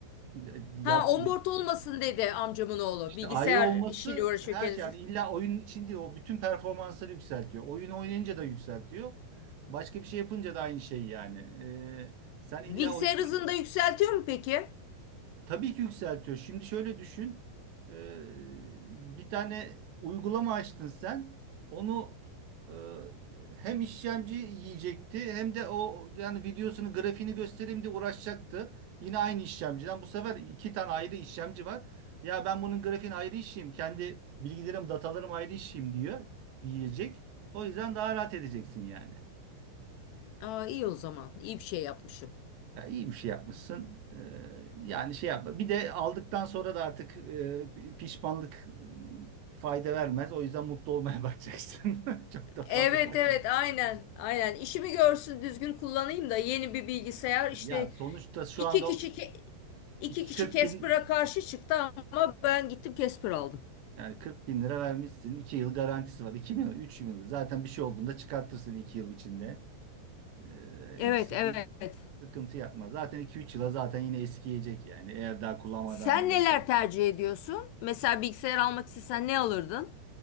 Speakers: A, on the right (about 70°); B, on the left (about 75°).
A: E, Yap,
B: Ha onboard olmasın dedi amcamın oğlu.
A: İşte
B: Bilgisayar
A: ayrı olması
B: işiyle uğraşıyor
A: her
B: kendisi.
A: şey yani illa oyunun içinde o bütün performansları yükseltiyor. Oyun oynayınca da yükseltiyor. Başka bir şey yapınca da aynı şey yani. Ee, sen illa
B: Bilgisayar
A: oyun bir
B: hızını da yükseltiyor mu peki?
A: Tabii ki yükseltiyor. Şimdi şöyle düşün. Ee, bir tane uygulama açtın sen. Onu e, hem işlemci yiyecekti hem de o yani videosunu grafiğini göstereyim diye uğraşacaktı. Yine aynı işlemciden. Bu sefer iki tane ayrı işlemci var. Ya ben bunun grafiğini ayrı işleyeyim. Kendi bilgilerim, datalarım ayrı işleyeyim diyor. Diyecek. O yüzden daha rahat edeceksin yani.
B: Aa, iyi o zaman. İyi bir şey yapmışım.
A: Ya iyi bir şey yapmışsın. Ee, yani şey yapma. Bir de aldıktan sonra da artık e, pişmanlık e, fayda vermez. O yüzden mutlu olmaya <laughs> bakacaksın. Çok da fazla
B: Evet
A: takma.
B: evet aynen aynen işimi görsün düzgün kullanayım da yeni bir bilgisayar
A: Ya
B: işte
A: sonuçta şu
B: iki
A: anda
B: kişi ke- iki
A: iki-
B: kişi
A: 40
B: Casper'a
A: bin
B: karşı çıktı ama ben gittim Casper aldım.
A: yani 40 bin lira vermişsin. 2 yıl garantisi var. 2 yıl, 3 yıl. Zaten bir şey olduğunda çıkartırsın 2 yıl içinde. Ee,
B: Evet
A: hiç sıkıntı,
B: evet.
A: sıkıntı yapma. Zaten iki üç yıla zaten yine eskiyecek yani. Eğer daha kullanmaya
B: Sen
A: devam edersen.
B: neler tercih ediyorsun? Mesela bilgisayar almak istesen ne alırdın?